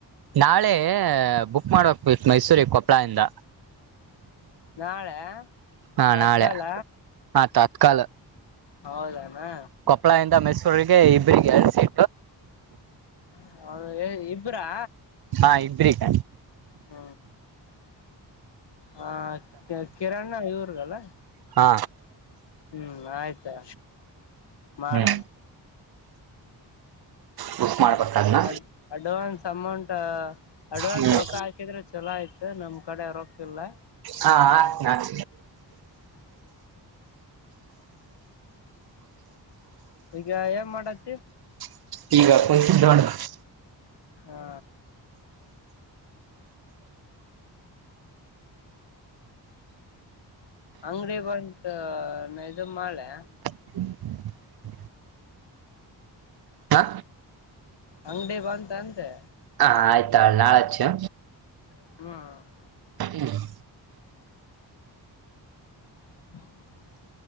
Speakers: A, on the right; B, on the left.
A: ನಾಳೆ ಬುಕ್ ಮಾಡ್ಬೇಕ ಮೈಸೂರಿಗೆ ಕೊಪ್ಪಳ ಇಿಂದ
B: ನಾಳೆ
A: ಹಾ
B: ತತ್ಕಾಲ
A: ನಾಳೆ ಹಾ ತತ್ಕಾಲ್
B: ಹೌದನಾ
A: ಕೊಪ್ಪಳ ಇಿಂದ ಮೈಸೂರಿಗೆ ಇಬ್ಬ್ರರಿಗೆ ಸಿೀ
B: ಹ ಇಬ್ಬರಾ
A: ಹಾ ಇದ್ರಿಕ
B: ಹ್ಮ ಹ ಕಿರಣ್ಣ ಇವ್ರಗಲ್ಲ
A: ಹಾ
B: ಹ್ಮ್ ಆಯ್ತಾ ಮಾಡ
A: ಹ್ಮ್ ಬುಕ್ ಮಾಡ್ಬೇಕದ್ನ
B: ಅ ಅಡ್ವಾನ್ಸ್ ಅಮೌಂಟ್ ಅಡ್ವಾನ್ಸ್
A: ಹ್ಮ್
B: ರೊಕ್ಕ ಹಾಕಿದ್ರೆ ಚಲೋ ಆಯ್ತು ನಮ್ಮ್ ಕಡೆ ರರೋಕ್ಕ ಇಲ್ಲ
A: ಹಾ ಆತನ ಆಗ್
B: ಈಗ ಏನ್ ಮಾಡತಿ
A: ಆಡ <unintelligible>
B: ಹಾ ಅಂಗಡಿ ಬಂತ ಇದು ಮಳೆ-
A: ಹ್ಮ್ಮ <inaudible> ಹಾ
B: ಅಂಗಡಿ ಬಂತ ಅಂತೆ
A: ಹಾ ಆಯ್ತಾಳ ನಾಚ್ಚು
B: ಹ್ಮ್
A: ಹ್ಮ
B: <inaudible>